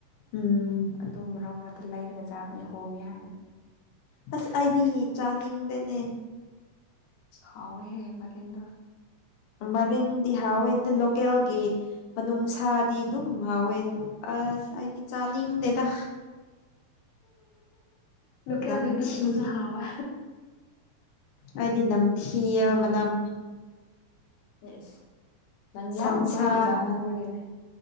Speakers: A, on the left; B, on the left.
A: ꯎꯝ
B: ꯇꯨꯝ ꯃꯔꯛ ꯃꯔꯛꯇ ꯂꯩꯔꯒ ꯆꯥꯕꯅꯤ ꯍꯣꯡꯉꯦ ꯍꯥꯏꯅ
A: ꯑꯁ ꯑꯩꯗꯤ ꯆꯥꯅꯤꯡꯗꯦꯅꯦ
B: ꯍꯥꯎꯋꯦꯍꯦ ꯃꯔꯤꯟꯗꯣ
A: ꯃꯔꯤꯟ ꯗꯤ ꯍꯥꯎꯋꯦ ꯑꯗꯣ ꯂꯣꯀꯦꯜꯒꯤ ꯃꯅꯨꯡꯁꯥꯗꯤ ꯑꯗꯨꯝ ꯍꯥꯎꯋꯦ ꯑꯁ ꯑꯩꯗꯤ ꯆꯥꯅꯤꯡꯗꯦꯗ
B: ꯂꯣꯀꯦꯜꯒꯤ
A: ꯅꯝꯊꯤ
B: ꯅꯠꯇꯕꯁꯨ ꯍꯥꯎꯋꯦ
A: ꯑꯩꯗꯤ ꯅꯝꯊꯤꯌꯦꯕ ꯃꯅꯝ
B: ꯏꯁ ꯅꯪ
A: ꯁꯟꯁꯥ
B: ꯌꯥꯝ ꯇꯣꯏꯅ ꯆꯥꯃꯟꯅꯕꯒꯤꯅꯦ
A: ꯈꯛꯇꯅꯤ